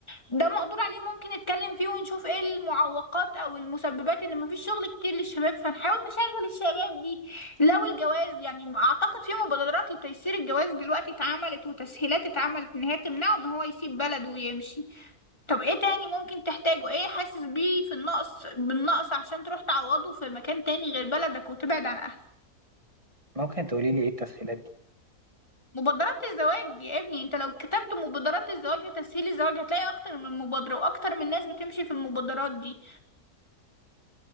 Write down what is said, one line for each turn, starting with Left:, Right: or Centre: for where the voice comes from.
Left: ده مقدور عليه ممكن نتكلم فيه ونشوف ايه المعوقات او المسببات ان مفيش شغل كتير للشباب فنحاول نشغل الشباب دي لو الجواز يعني اعتقد في مبادرات لتيسير الجواز دلوقتي اتعملت وتسهيلات اتعملت ان هي تمنعه ان هو يسيب بلده ويمشي طب ايه تاني ممكن تحتاجه ايه حاسس بيه في النقص بالنقص عشان تروح تعوضه في مكان تاني غير بلدك وتبعد عن
Right: ممكن تقولي لي ايه التسهيلات دي
Left: مبادرات الزواج يا ابني انت لو كتبت مبادرات الزواج لتسهيل الزواج هتلاقي اكتر من مبادرة واكتر من ناس بتمشي في المبادرات دي